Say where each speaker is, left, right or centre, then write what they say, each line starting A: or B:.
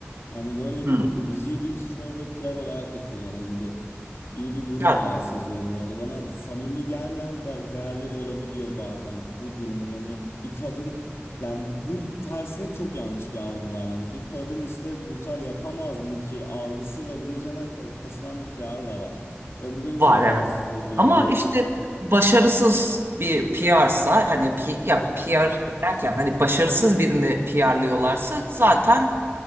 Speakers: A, on the left; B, on the right.
A: Hani böyle
B: Hmm.
A: bir müziği bir şov ve PR olarak da kullanıldı gibi bir durum
B: Ya
A: olarak seziyorum orada. Bana samimi gelmeyen de değerleri olabiliyor bazen bu durumun hani bir kadın yani bu tersine çok yanlış bir algı var bence. Bir kadın işte brutal yapamaz mı ki algısı ve bunun üzerinden ka- kasılan bir PR da var. Ve bu beni
B: var
A: çok
B: evet.
A: rahatsız ediyor
B: Ama
A: yani.
B: işte
A: O yüzden-
B: başarısız bir PR'sa hani P- ya PR
A: <laughs>
B: derken hani başarısız birini PR'lıyorlarsa zaten